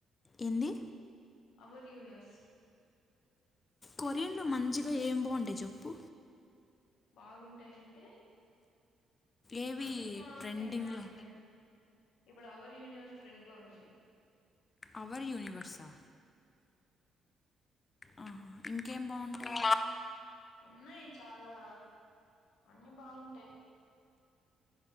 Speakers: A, on the left; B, on the left.
A: ఏంది
B: అవర్ యూనియర్స్
A: కొరియన్లో మంచిగా ఏం బాగుంటాయి చెప్పు
B: బాగుం ఉంటాయి అంటే
A: ఏవి
B: అన్ని బాగుంటాయి
A: ట్రెండింగ్లో
B: మాక్సిమం ఇప్పుడు అవర్ యూనివర్స్ ట్రాండ్ లో ఉంది
A: అవర్ యూనివర్సా ఆహా ఇంకేం బాగుంటయి
B: ఉన్నాయి చాలా అని బాగుంటాయి